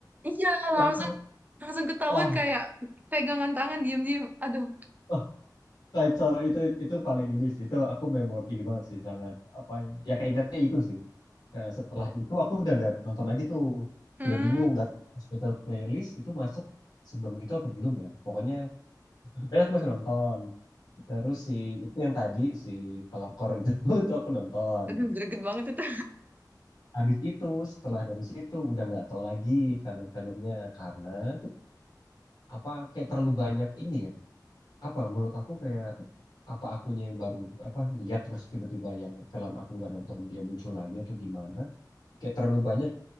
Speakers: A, on the right; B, on the left.
A: Iya,
B: langsung
A: langsung langsung ketahuan
B: wah
A: kayak pegangan tangan diam-diam. Aduh.
B: wah kacau itu itu paling ini sih itu aku memori ini banget sih sangat apa ya ya keingetnya itu sih nah, setelah itu aku udah nggak nonton lagi tuh
A: Hmm.
B: udah bingung nggak tahu hospital playlist itu masuk sebelum itu atau belum ya pokoknya sebenarnya aku masih nonton terus si itu yang tadi si pelakor itu <laughs> itu aku nonton
A: Aduh, greget banget itu.
B: Habis itu setelah dari situ udah nggak tahu lagi film-filmnya karena apa kayak terlalu banyak ini apa menurut aku kayak apa akunya yang baru apa lihat terus tiba-tiba yang film aku nggak nonton dia muncul lagi atau gimana kayak terlalu banyak